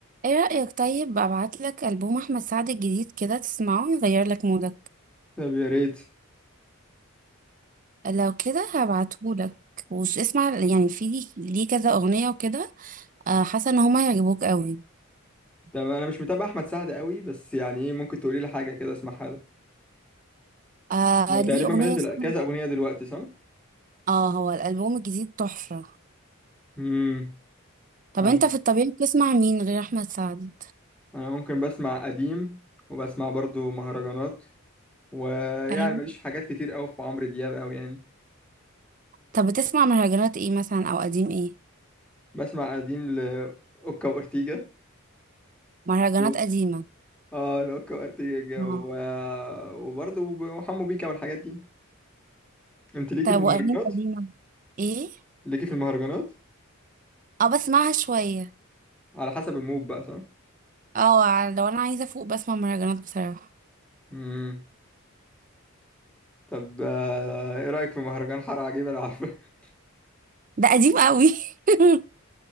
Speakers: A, on the right; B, in the centre.
A: ايه رأيك طيب ابعتلك ألبوم احمد سعد الجديد كده تسمعه يغير لك مودك
B: طب يا ريت
A: لو كده هبعتهولك وش اسمع يعني في ليه ليه كذا اغنية وكده آه، حاسة ان هما هيعجبوك قوي
B: طب انا مش متابع احمد سعد قوي بس يعني ايه ممكن تقولي لي حاجه كده اسمعها له
A: آه
B: هو تقريبا
A: ليه اغنية
B: منزل
A: اسمها
B: كذا اغنيه دلوقتي صح
A: اه هو الألبوم الجديد تحفة
B: امم
A: طب
B: انا
A: انت في الطبيعي بتسمع مين غير احمد سعد
B: أنا ممكن بسمع قديم وبسمع برضو مهرجانات ويعني
A: ايوه
B: ماليش في حاجات كتير قوي في عمرو دياب قوي يعني
A: طب بتسمع مهرجانات ايه مثلا او قديم ايه
B: بسمع قديم لاوكا وارتيجا
A: مهرجانات
B: و...
A: قديمة
B: اه لاوكا وارتيجا
A: اه
B: و... وبرضو وحمو بيكا والحاجات دي انت ليكي
A: طب
B: في المهرجانات
A: واغاني قديمة ايه
B: ليكي في المهرجانات
A: اه بسمعها شوية
B: على حسب المود بقى صح
A: اه لو انا عايزة افوق بسمع مهرجانات بصراحة
B: امم طب آه، ايه رأيك في مهرجان حارة عجيبة لو عارفه <laughs>
A: ده قديم قوي <laughs>